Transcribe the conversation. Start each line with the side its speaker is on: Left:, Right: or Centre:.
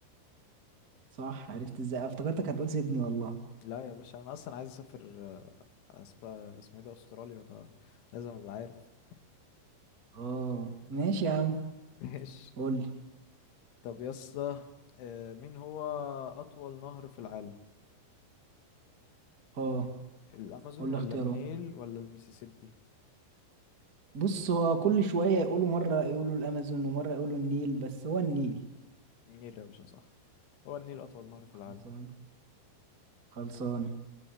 Right: صح عرفت ازاي افتكرتك هتقول سيدني والله
Left: لا يا باشا انا اصلا عايز اسافر آه، أسب- اسمه ايه ده استراليا فلازم ابقى عارف
Right: اه ماشي يا عم
Left: <laughs> ماشي
Right: قول لي
Left: طب يا اسطى آه، مين هو اطول نهر في العالم
Right: اه
Left: الامازون
Right: قول
Left: ولا
Right: لي اختياره
Left: النيل ولا المسيسيبي
Right: بص هو كل شوية يقولوا مرة يقولوا الأمازون ومرة يقولوا النيل بس هو النيل
Left: النيل يا باشا صح هو النيل اطول نهر في
Right: خلصان
Left: العالم
Right: خلصانة